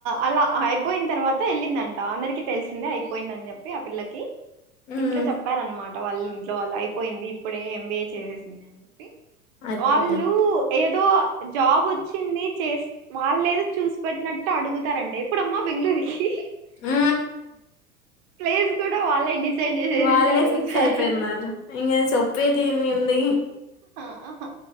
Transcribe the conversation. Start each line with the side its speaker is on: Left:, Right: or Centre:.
Right: అలా అయిపోయిన తర్వాత ఎళ్ళిందంట అందరికి తెలిసిందే అయిపోయిందని చెప్పి ఆ పిల్లకి
Left: మ్మ్
Right: ఇంట్లో చెప్పారన్నమాట వాళ్ళు ఇంట్లో వాళ్ళు అయిపోయింది ఇప్పుడే ఎంబీఏ చేసేసింది అని చెప్పి
Left: అయిపోయింది
Right: వాళ్ళు ఏదో జాబ్ వచ్చింది చేస్ వాళ్ళు ఏదో చూసి పెట్టినట్టు అడుగుతారండి ఎప్పుడు అమ్మా బెంగళూరుకి
Left: ఆ
Right: ప్లేస్ కూడా వాళ్ళే డిసైడ్ చేసేసి
Left: వాళ్ళే
Right: అడుగుతారు
Left: ఫిక్స్ అయిపోయినారు ఇంగ చెప్పేది ఏమి ఉంది?
Right: ఆ ఆహా!